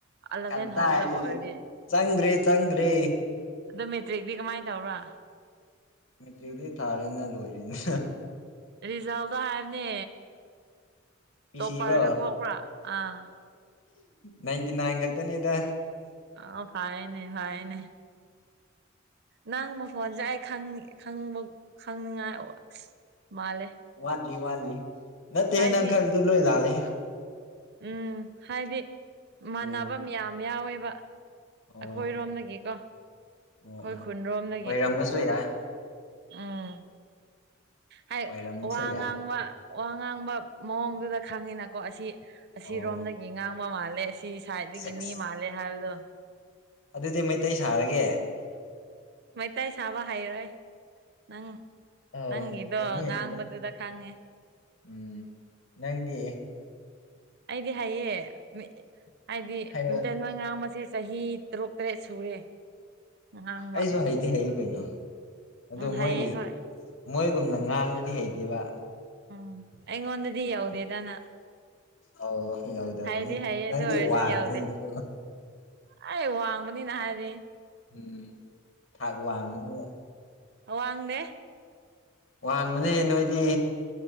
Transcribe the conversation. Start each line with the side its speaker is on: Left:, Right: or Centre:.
Right: ꯑꯂꯚꯦꯟ
Left: ꯀꯗꯥꯏꯗꯒꯤ
Right: ꯍꯧꯒꯗꯕ ꯑꯣꯏꯔꯗꯤ
Left: ꯆꯪꯗ꯭ꯔ‌ꯦ ꯆꯪꯗ꯭ꯔꯦ
Right: ꯑꯗꯣ ꯃꯦꯇ꯭ꯔꯤꯛꯗꯤ ꯀꯃꯥꯏꯅ ꯇꯧꯕ꯭ꯔ
Left: ꯃꯦꯇ꯭ꯔꯤꯛꯇꯤ ꯊꯥꯔꯦꯅ ꯂꯣꯏꯔꯦꯅ
Right: ꯔꯤꯖꯥꯜꯗꯣ ꯍꯥꯏꯕꯅꯦ
Left: ꯄꯤꯁꯤꯔꯣ
Right: ꯇꯣꯞꯄꯔꯒ ꯊꯣꯛꯄ꯭ꯔꯥ ꯑꯥ
Left: ꯅꯥꯏꯟꯇꯤ ꯅꯥꯏꯟ ꯈꯛꯇꯅꯤꯗ
Right: ꯑ ꯐꯥꯏꯅꯦ ꯐꯥꯏꯅꯦ ꯅꯪ ꯃꯈꯣꯟꯁꯦ ꯑꯩ ꯈꯪꯅꯤ ꯈꯪꯕ ꯈꯪꯅꯤꯡꯉꯥꯏ ꯑꯁ ꯃꯥꯜꯂꯦ
Left: ꯋꯥꯠꯂꯤ ꯋꯥꯠꯂꯤ ꯅꯠꯇꯦꯍꯦ
Right: ꯍꯥꯏꯗꯤ
Left: ꯅꯪ ꯈꯜꯂꯤꯗꯣ ꯂꯣꯏ ꯂꯥꯟꯂꯦꯍꯦ
Right: ꯎꯝ ꯍꯥꯏꯗꯤ ꯃꯥꯟꯅꯕ
Left: ꯎꯝ
Right: ꯃꯌꯥꯝ ꯌꯥꯎꯋꯦꯕ
Left: ꯑꯣ
Right: ꯑꯩꯈꯣꯏꯔꯣꯝꯗꯒꯤꯀꯣ ꯑꯩꯈꯣꯏ
Left: ꯑꯣ ꯑꯣ
Right: ꯈꯨꯟꯔꯣꯝꯗꯒꯤ
Left: ꯑꯣꯏꯔꯝꯕꯁꯨ ꯌꯥꯏ
Right: ꯎꯝ ꯍꯥꯏ
Left: ꯑꯣꯏꯔꯝꯕꯁꯨ
Right: ꯋꯥ ꯉꯥꯡꯕ
Left: ꯌꯥꯏ
Right: ꯋꯥ ꯉꯥꯡꯕ ꯃꯑꯣꯡꯗꯨꯗ ꯈꯪꯉꯤꯅꯀꯣ ꯑꯁꯤ ꯑꯁꯤꯔꯣꯝꯗꯒꯤ
Left: ꯑꯣ
Right: ꯉꯥꯡꯕ ꯃꯥꯜꯂꯦ ꯑꯁꯤ ꯁꯥꯏꯠꯗꯒꯤ
Left: ꯁꯦꯁ
Right: ꯃꯤ ꯃꯥꯜꯂꯦ ꯍꯥꯏꯕꯗꯣ
Left: ꯑꯗꯨꯗꯤ ꯃꯩꯇꯩ ꯁꯥꯔꯒꯦ
Right: ꯃꯩꯇꯩ ꯁꯥꯕ ꯍꯩꯔꯣꯏ ꯅꯪ
Left: ꯑꯧ
Right: ꯅꯪꯒꯤꯗꯣ
Left: ꯍꯩꯗꯤ ꯍꯩꯇꯦꯗ
Right: ꯉꯥꯡꯕꯗꯨꯗ ꯈꯪꯉꯦ
Left: ꯎꯝ ꯅꯪꯗꯤ
Right: ꯑꯩꯗꯤ ꯍꯩꯌꯦ ꯃꯤ ꯍꯥꯏꯗꯤ
Left: ꯍꯥꯏꯔꯛꯑꯣꯅꯦ
Right: ꯃꯩꯇꯩ ꯂꯣꯏ ꯉꯥꯡꯕꯁꯤ ꯆꯍꯤ ꯇꯔꯨꯛ ꯇꯔꯦꯠ ꯁꯨꯔꯦ ꯉꯥꯡꯕ
Left: ꯑꯩꯁꯨ ꯍꯩꯗꯤ ꯍꯩ ꯀꯩꯅꯣ ꯑꯗꯨ
Right: ꯎꯝ ꯍꯩꯌꯦ
Left: ꯃꯣꯏꯒꯤ
Right: ꯍꯣꯏ
Left: ꯃꯣꯏꯒꯨꯝꯅ ꯉꯥꯡꯕꯗꯤ ꯍꯩꯇꯦꯕ
Right: ꯎꯝ ꯑꯩꯉꯣꯟꯗꯗꯤ ꯌꯧꯗꯦꯗ ꯅꯪ
Left: ꯑꯧ ꯌꯧꯗꯕꯅꯦ
Right: ꯍꯩꯗꯤ ꯍꯩꯌꯦ
Left: ꯅꯪꯗꯤ
Right: ꯑꯗꯨ ꯑꯣꯏꯔꯁꯨ
Left: ꯋꯥꯡꯕꯅꯤꯅꯀꯣ
Right: ꯌꯧꯗꯦ ꯑꯩ ꯋꯥꯡꯕꯅꯤꯅ ꯍꯥꯏꯔꯤ
Left: ꯎꯝ ꯊꯥꯛ ꯋꯥꯡꯕꯅꯤꯅ
Right: ꯑꯋꯥꯡꯗꯦ
Left: ꯋꯥꯡꯕꯅꯦ ꯅꯣꯏꯗꯤ